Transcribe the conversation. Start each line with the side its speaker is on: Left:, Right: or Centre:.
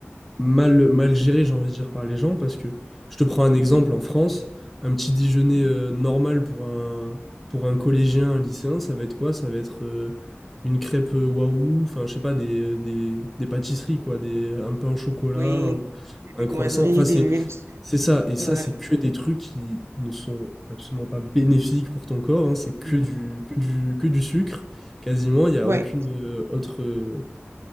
Centre: mal, mal géré, j'ai envie de dire, par les gens, parce que je te prends un exemple
Right: Mhm,
Centre: en France, un petit déjeuner
Right: mhm,
Centre: euh,
Right: mhm.
Centre: normal pour un, pour un collégien, un lycéen, ça va être quoi? Ça va être euh, une crêpe euh, waouh, enfin, je sais pas, des, euh, des, des pâtisseries, quoi, des, euh, un pain au chocolat,
Right: Oui,
Centre: un,
Right: des viennoiseries,
Centre: un croissant, enfin, c'est,
Right: des.
Centre: c'est ça, et ça,
Right: Ouais.
Centre: c'est que des trucs qui ne sont absolument pas bénéfiques pour ton corps, hein, c'est que
Right: non.
Centre: du, que du, que du sucre, quasiment, il n'y a
Right: Ouais.
Centre: aucune euh, autre. euh,